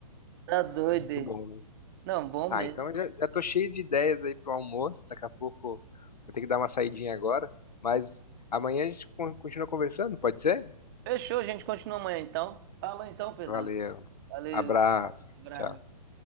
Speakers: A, on the right (about 35°); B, on the left (about 90°).
A: Tá doido.
B: Muito
A: é.
B: bom mesmo.
A: Não, bom mesmo.
B: Ah, então já, já tô cheio de ideias aí pro almoço. Daqui a pouco vou ter que dar uma saidinha agora. Mas amanhã a gente con- continua conversando, pode ser?
A: Fechou, a gente continua amanhã então. Falou então, Pedrão.
B: Valeu.
A: Valeu,
B: Abraço.
A: abraço.
B: Tchau.